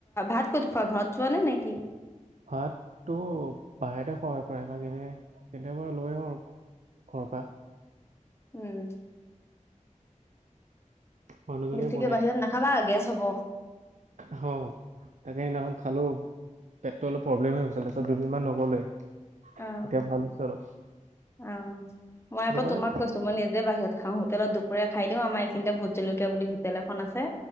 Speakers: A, on the left; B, on the right.
A: আ ক'ত খোৱা ঘৰত যোৱা নে নেকি
B: ভাতটো বাহিৰতে খুৱাই পায় ভাগ ক এনে কেতিয়াবা লৈ আহো আৰু ঘৰৰ পৰা
A: উম
B: মানুহজনীয়ে
A: বেছিকে বাহিৰত নাখাবা গেছ হব
B: হ তাকে সেইদিনাখন খালো পেটটো অলপ প্ৰব্লেম হৈ গৈছে তাৰপিছত দুদিনমান নগ'লেৱে
A: অ
B: এতিয়া ভাল হৈছে অলপ
A: অ মই
B: সেইটো
A: আকৌ
B: কাৰণে
A: তোমাক কৈছো মই নিজে বাহিৰত খাওঁ হোটেলত দুপৰীয়া খাই দিওঁ আমাৰ এইখিনিতে ভোট জলকীয়া বুলি হোটেল এখন আছে